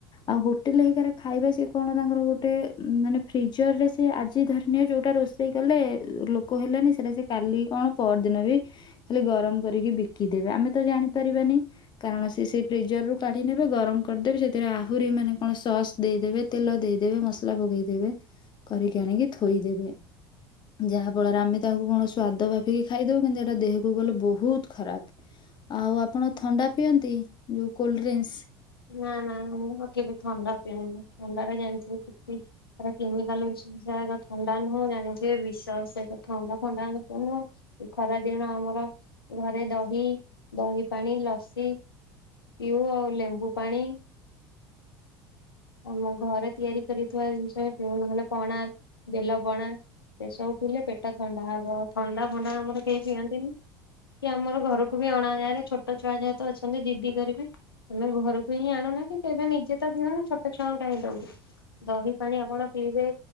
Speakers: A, on the left; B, on the left.
A: ଆଉ ହୋଟେଲ ହେଇକା ରେ ଖାଇବା ସେ କଣ ତାଙ୍କର ଗୋଟେ ଉଁ ମାନେ ଫ୍ରିଜର ରେ ସେ ଆଜି ଧରିନିଅ ଯୋଉଟା ରୋଷେଇ କଲେ ଲୋକ ହେଲେନି ସେଟା ସେ କାଲି କଣ ପଅର ଦିନ ବି ଖାଲି ଗରମ କରିକି ବିକିଦେବେ ଆମେ ତ ଜାଣିପାରିବାନି। କାରଣ ସେ ସେଇ ପ୍ରିଜର ରୁ କାଢି ନେବେ ଗରମ କରିଦେବେ ସେଥିରେ ଆହୁରି ମାନେ କଣ ସସ୍ ଦେଇଦେବେ ତେଲ ଦେଇଦେବେ ମସଲା ପକେଇଦେବେ କରିକି ଆଣିକି ଥୋଇଦେବେ ଉଁ ଯାହା ଫଳରେ ଆମେ ତାକୁ କଣ ସ୍ଵାଦ ଭବିକି ଖାଇଦବୁ କିନ୍ତୁ ଏଇଟା ଦେହକୁ ଗଲେ ବହୁତ ଖରାପ ଆଉ ଆପଣ ତ ଥଣ୍ଡା ପିଅନ୍ତି ଯୋଉ କୋଲଡ୍ରିନ୍ସ।
B: ନା ନା ମୁଁ ତ କେବେ ଥଣ୍ଡା ପିଏନି। ଥଣ୍ଡାରେ ଜାଣିଥିବେ <unintelligible> କେମିକାଲ ମିଶେ ମିଶା ଥଣ୍ଡା ନୁହଁ ଜାଣିବେ ବିଷ ଷଦ ଥଣ୍ଡା ଫଣ୍ଡା ଏ ଖରା ଦିନ ଆମର ଘରେ ଦହି, ଦହିପାଣି, ଲସି ପିଉ ଆଉ ଲେମ୍ବୁ ପାଣି। ଆମ ଘରେ ତିଆରି କରିଥିବା ଜିନ୍ସ ହିଁ ପିଉ ନହେଲେ ପଣା, ବେଲପଣା ଏସବୁ ପିଇଲେ ପେଟ ଥଣ୍ଡା ହବ ଆଉ ଥଣ୍ଡା ଫଣ୍ଡା ଆମର କେହି ପିଅନ୍ତିନି କି ଆମର ଘରକୁ ବି ଅଣାଯାଏରେ ଛୋଟ ଛୁଆ ଯେହେତୁ ଅଛନ୍ତି ଜିଦି କରିବେ ଆମେ ଘରକୁ ହିଁ ଆଣୁନା କି କେବେ ନିଜେତ ପିଉନା। ତ ଛୁଆଙ୍କୁ କାହିଁ ଦବୁ ଦହି ପାଣି ଆପଣ ପିଇବେ